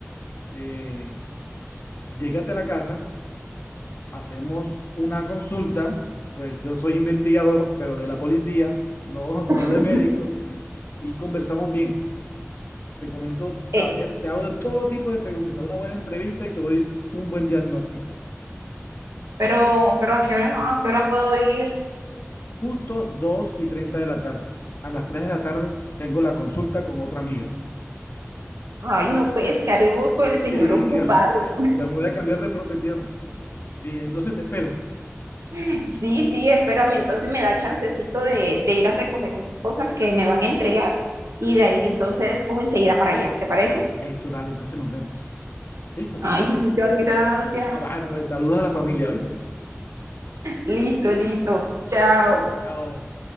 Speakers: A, on the left; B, on the right.
A: eh, llégate a la casa, hacemos una consulta. Pues yo soy investigador, pero de la policía, no, no
B: <laughs>
A: de médico, y conversamos bien. Te comento,
B: Eh,
A: a ver, te hago de todo tipo de preguntas, una buena entrevista y te doy un buen diagnóstico.
B: pero, pero ¿a qué hora, no? a qué hora puedo ir?
A: justo 2 y 30 de la tarde. A las 3 de la tarde tengo la consulta con otra amiga.
B: Ay, no, pues, ¿qué haremos con el señor
A: Sí,
B: ocupado?
A: <laughs> ya, ya me voy a cambiar de profesión. Sí, entonces te espero.
B: <laughs> Sí, sí, espérame, entonces me da chancecito de, de ir a recoger unas cosas que me van a entregar y de ahí entonces cojo enseguida para allá, ¿te parece?
A: Bueno, listo, dale, entonces nos vemos. ¿Listo?
B: Ay, muchas gracias.
A: Ah, Bueno, saludos a la familia, ¿viste?
B: Listo, listo. Chao.
A: Chao.